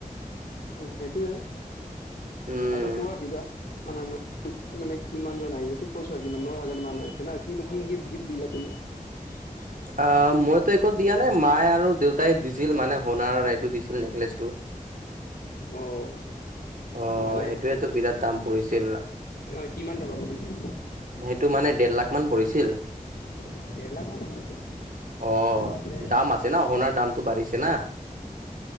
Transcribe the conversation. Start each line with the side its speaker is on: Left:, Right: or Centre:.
Left: উম সেইটোৱে।
Right: উম
Left: আৰু কোৱা কিবা, মানে মানে কিমান জন আহিছে, তোক কৈছ <unintelligible> আৰু কি ন' হাজাৰ মানুহ আহিছে না, কি গিফট দিলা তুমি <unintelligible>
Right: অ ', মইটো একো দিয়া নাই, মায়ে আৰু দেউতাই দিছিল মানে সোণাৰ এইটো দিছিল, নেকলেচটো।
Left: অঁ।
Right: অ
Left: ভালে
Right: সেইটোয়েতো বিৰাট দাম পৰিছিল
Left: অ ', কিমান টকা পৰিছিল।
Right: সেইটো মানে দেৰ লাখ মান পৰিছিল।
Left: অ দেৰ লাখ মান পৰিছিল
Right: অ',
Left: ভালে
Right: দাম আছে ন', সোণাৰ দামটো বাঢ়িছে না।